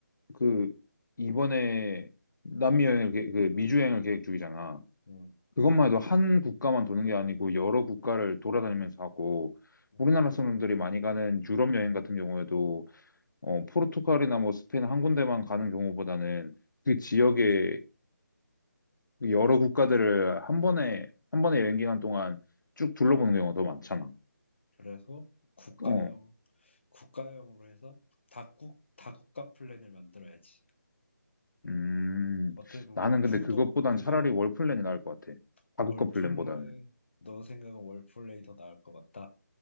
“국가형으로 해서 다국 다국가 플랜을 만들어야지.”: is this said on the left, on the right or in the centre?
Left